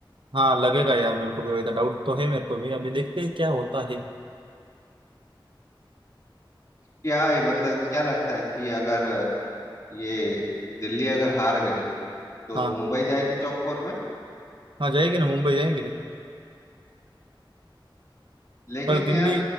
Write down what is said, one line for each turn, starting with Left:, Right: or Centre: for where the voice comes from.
Right: हाँ लगेगा यार मेरे को भी वैसा डाउट तो है मेरे को भी अभी देखते हैं क्या होता है
Left: क्या मतलब क्या लगता है कि अगर ये दिल्ली अगर हार गई तो
Right: हाँ
Left: मुंबई जाएगी टॉप फोर में
Right: हाँ जाएगी ना मुंबई जाएंगे
Left: लेकिन
Right: पर दिल्ली
Left: यार